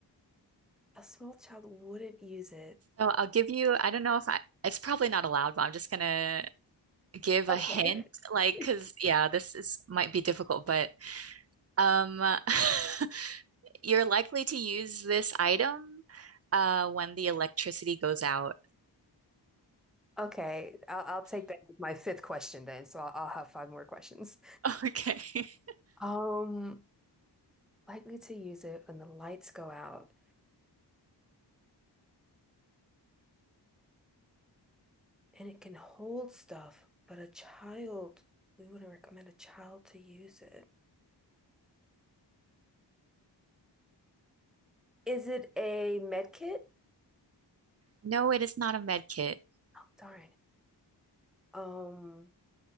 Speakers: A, in the centre; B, on the right.
A: a small child wouldn't use it.
B: So I'll give you I don't know if I it's probably not allowed, but I'm just gonna give a
A: Okay.
B: hint Like,
A: <laughs>
B: cause yeah, this is might be difficult, but Um, <laughs> you're likely to use this item uh, when the electricity goes out.
A: Okay, I'll, I'll take that as my fifth question then. So I'll, I'll have five more questions.
B: Okay. <laughs>
A: Um, likely to use it when the lights go out. and it can hold stuff, but a child, we wouldn't recommend a child to use it. Is it a med kit?
B: No, it is not a med kit.
A: Oh, darn. Um,